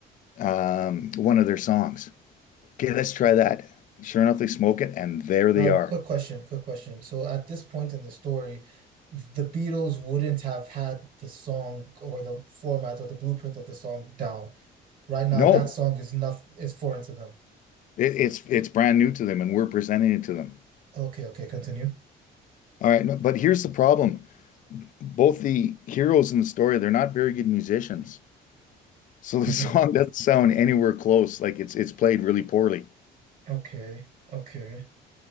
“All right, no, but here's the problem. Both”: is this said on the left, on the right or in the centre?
Left